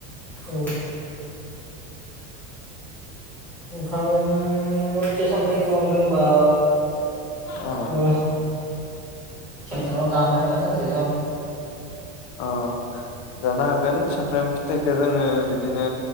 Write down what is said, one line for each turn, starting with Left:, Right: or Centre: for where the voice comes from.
Centre: औ। नोंथांनाव फिथाइ सामथाइ गोबां दंबा
Left: औ।
Centre: ओ <unintelligible> जानो थांगोन सानसे जों।
Left: अ जानो हागोन सुमफ्राम फिथाइखो जोङो बिदिनो